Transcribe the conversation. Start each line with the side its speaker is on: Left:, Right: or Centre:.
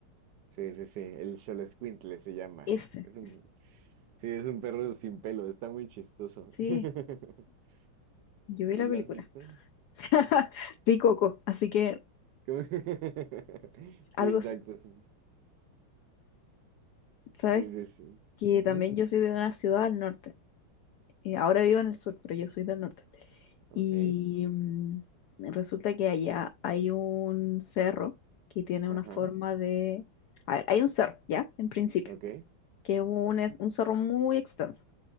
Right: Sí, sí, sí, el Xoloescuintle se llama.
Left: Ese,
Right: Es un,
Left: ese.
Right: sí, es un perro sin pelo, está muy chistoso.
Left: sí,
Right: <laughs>
Left: yo vi
Right: ¿Sí
Left: la
Right: lo
Left: película.
Right: has visto?
Left: <laughs> Vi Coco, así que
Right: ¿Cómo? <laughs> Sí,
Left: algo,
Right: exacto.
Left: s-
Right: Sí,
Left: sabes
Right: sí, sí. sí.
Left: que
Right: Ujú,
Left: también yo soy de una ciudad al norte. Eh, ahora vivo en el sur, pero yo soy del norte.
Right: Ok,
Left: Y mm, resulta que allá hay un cerro que tiene una
Right: ajá,
Left: forma de... A ver, hay un cerro, ¿ya? En principio,
Right: ok.
Left: que es un, es- un cerro muy extenso.